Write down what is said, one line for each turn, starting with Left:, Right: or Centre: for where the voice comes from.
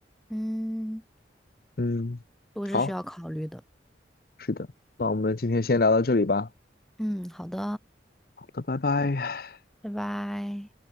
Centre: 嗯，
Left: 嗯，
Centre: 都是需要考虑的。
Left: 好，是的，那我们今天先聊到这里吧。
Centre: 嗯，好的，
Left: 好的，拜拜。
Centre: 拜拜。